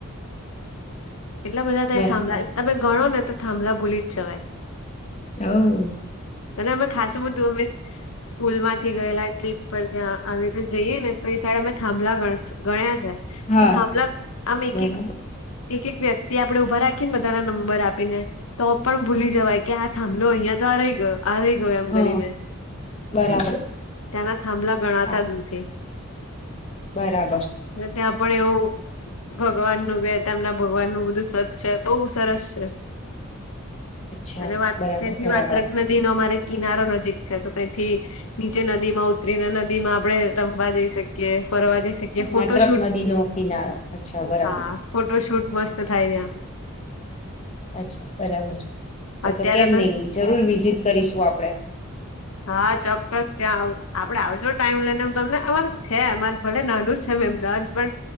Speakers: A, on the left; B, on the left.
A: એટલા બધા તહીં
B: બરાબર
A: થાંભળા
B: હ
A: તમે ગણો ને તો થાંભળા ભૂલી જ જવાય.
B: હવ.
A: અને અમે ખાસું બધું અમે સ્કૂલમાંથી ગયેલા ટ્રીપ પર ત્યાં આવી રી જઈએ ને તો એ સાઈડ અમે થાંભલા ગણ ગણ્યા છે.
B: હા
A: તો થાંભલા આમ એક
B: બરાબર
A: એક એક એક વ્યક્તિ આપણે ઉભા રાખીએન બધાને નંબર આપીને તો પણ ભૂલી જવાય કે આ થાંભલો અહિયાં તો આ રહી ગયો. આ રહી ગયો એમ
B: હા
A: કરીને.
B: બરાબર
A: ત્યાંના થાંભલા ગણાતા
B: હા
A: જ નથી.
B: બરાબર
A: ને ત્યાં પણ એવું ભગવાનનું વેર તેમના ભગવાનનું બધું સત છે. બહુ સરસ છે.
B: અચ્છા
A: અને વાત
B: બરાબર
A: તહીંથી
B: બરાબર
A: વાત્રક ન નદીનો માંરે કિનારો નજીક છે. તો તહીંથી નીચે નદીમાં ઉતરીને નદીમાં આપડે રમવા જઈ શકીએ ફરવા જઈ શકીએ ફોટો
B: માત્ર
A: શૂટ
B: નદી નો કિનારો અચ્છા બરાબર
A: હા ફોટો શૂટ મસ્ત થાય ત્યાં.
B: અચ્છા બરાબર તો
A: અત્યારે
B: તો કેમ નઈ જરૂર વિઝિટ કરીશું આપડે
A: હ હા ચોક્કસ ત્યાં આપડે આવજો ટાઈમ લઈને તમને અરે છે અમારે ભલે નાનું અમદાવાદ પણ